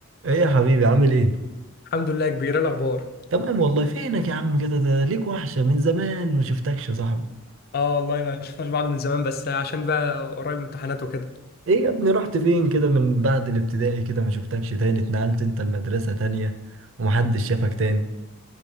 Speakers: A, on the right; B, on the left.
A: ايه يا حبيبي عامل ايه؟
B: الحمد لله يا كبير إيه الاخبار
A: تمام والله فينك يا عم كده ده ليك وحشة من زمان ما شفتكش يا صاحبي
B: اه والله ما شفناش بعض من زمان بس عشان بقى قريب امتحانات وكده
A: ايه يا ابني رحت فين كده من بعد الابتدائي كده ما شفتكش تاني اتنقلت انت المدرسة تانية ومحدش شافك تاني